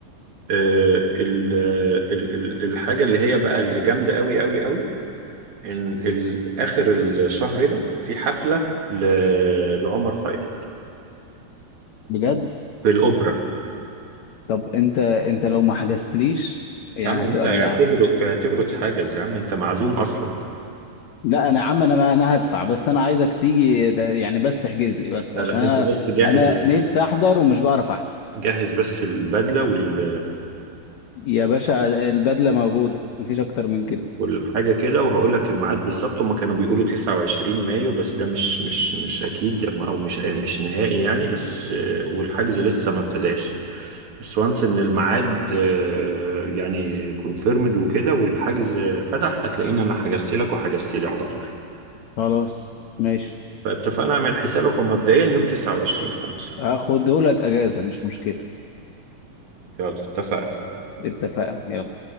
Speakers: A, on the right; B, on the left.
A: آه، ال- آه، ال- ال- الحاجة اللي هي بقى اللي جامدة قوي قوي قوي ان ال- اخر الشهر ده في حفلة ل- لعمر خيرت
B: بجد
A: في الأوبرا
B: طب انت انت لو ما حجزتليش يعني
A: يا عم انت
B: هتبقى
A: اعتبره
B: بزعل
A: اعتبره اتحجز يا عم انت معزوم اصلا
B: لا انا يا عم انا انا هدفع بس انا عايزك تيجي ده- يعني بس تحجز لي بس
A: لا
B: عشان
A: لا
B: انا
A: انت بس جهز
B: انا نفسي احضر ومش بعرف احجز
A: جهز بس البدله وال
B: يا باشا البدلة موجودة مفيش اكتر من كده
A: والحاجه كده وهقول لك الميعاد بالظبط هما كانوا بيقولوا 29 مايو بس ده مش مش مش اكيد او مش مش نهائي يعني بس آه، والحجز لسه ما ابتداش بس وانس ان الميعاد آه، يعني كونفيرمد وكده والحجز فتح هتلاقيني انا حجزت لك وحجزت لي على طول
B: خلاص ماشي
A: فاتفقنا اعمل حسابك ومبدئيا يوم 29 5
B: هاخدهولك اجازه مش مشكله
A: يلا اتفقنا
B: اتفقنا يلا